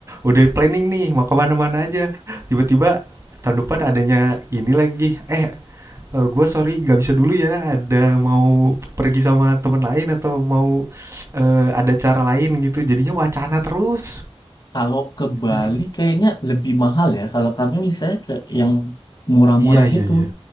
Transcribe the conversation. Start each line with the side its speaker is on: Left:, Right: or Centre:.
Right: udah planning nih mau ke mana-mana aja, tiba-tiba tahun depan adanya ini lagi, "Eh, eee, gue sorry gak bisa dulu ya ada mau pergi sama temen lain atau mau, eee, ada cara lain," gitu jadinya wacana terus.
Left: Kalau ke Bali
Right: Dibu
Left: kayaknya lebih mahal ya. Kalau kami misalnya ke yang murah-murah
Right: iya iya
Left: gitu.
Right: iya,